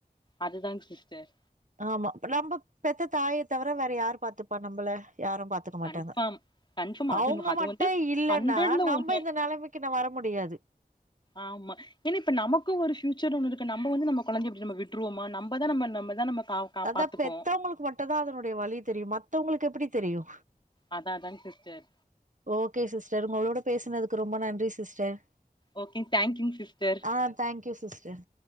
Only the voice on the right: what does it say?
ஆமா இப்ப நம்ப பெத்த தாய தவர வேற யாரு பாத்துப்பா நம்மள யாரு பாத் துக்க மாட்டாங்க
அவுங்க
மட்டு
இல்லன்னா
நம்ப
இந்த நெலைமெக்கி நா வர முடியாது
அதா
பெத்தவுங்குளுக்கு மட்டுந்தா அதனுடைய வலி தெரியு மத்தவுங்குளுக்கு எப்டி தெரியு
ஓகே சிஸ்டர் உங்களோட பேசுனதுக்கு ரொம்ப நன்றி சிஸ்டர்
ஆ தேங்க்யூ சிஸ்டர்